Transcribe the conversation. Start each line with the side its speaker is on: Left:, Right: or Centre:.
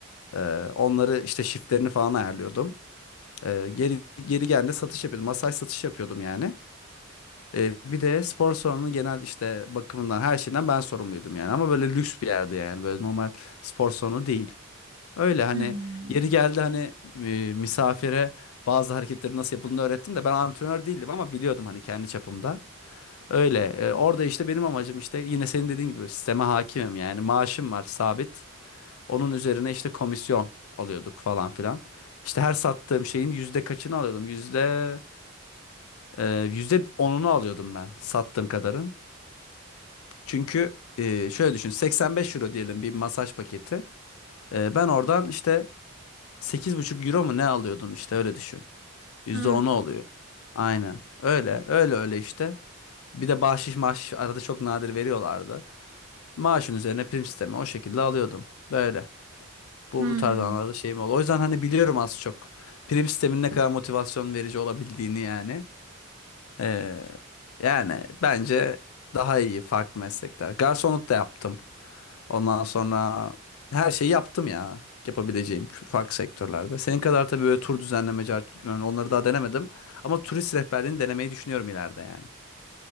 Left: Ee, onları işte shiftlerini falan ayarlıyordum. Ee, geri geri geldiğinde satış yapıyordum. Masaj satışı yapıyordum yani. Ee, bir de spor salonunun genel işte bakımından her şeyden ben sorumluydum yani. Ama böyle lüks bir yerdi yani. Böyle normal spor salonu değil. Öyle hani
Right: Hmm.
Left: yeri geldi hani e, misafire bazı hareketleri nasıl yapıldığını öğrettim de ben antrenör değildim ama biliyordum hani kendi çapımda. Öyle e, orada işte benim amacım işte yine senin dediğin gibi sisteme hakimim yani maaşım var sabit. Onun üzerine işte komisyon alıyorduk falan filan. İşte her sattığım şeyin yüzde kaçını alıyordum? Yüzde e, yüzde onunu alıyordum ben sattığım kadarın. Çünkü e, şöyle düşün 85 euro diyelim bir masaj paketi. E, ben oradan işte Sekiz buçuk euro mu ne alıyordum işte öyle düşün. yüzde
Right: Hmm.
Left: onu oluyor. Aynen. Öyle öyle öyle işte. Bir de bahşiş maaş arada çok nadir veriyorlardı. Maaşın üzerine prim sistemi o şekilde alıyordum. Böyle. Bu,
Right: Hmm.
Left: bu tarz anlarda şeyim oldu. O yüzden hani biliyorum az çok. Prim sistemin ne kadar motivasyon verici olabildiğini yani. Ee, yani bence daha iyi farklı meslekler. Garsonluk da yaptım. Ondan sonra her şeyi yaptım ya. Yapabileceğim farklı sektörlerde. Senin kadar tabii böyle tur düzenleme, yani onları daha denemedim. Ama turist rehberliğini denemeyi düşünüyorum ileride yani.